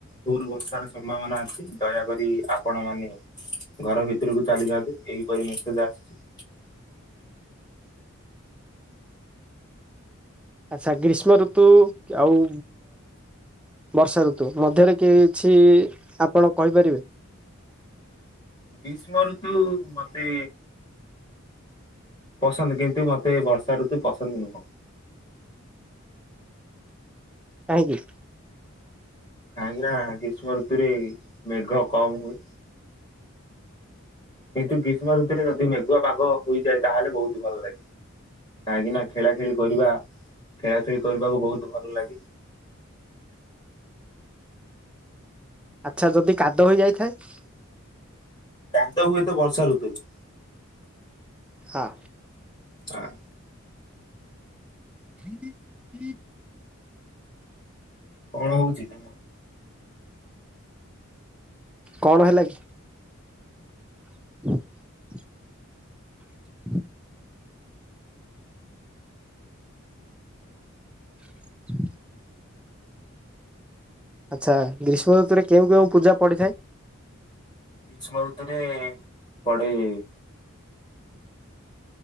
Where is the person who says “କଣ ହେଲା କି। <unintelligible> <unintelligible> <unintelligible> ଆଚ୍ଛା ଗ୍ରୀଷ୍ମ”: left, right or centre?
Centre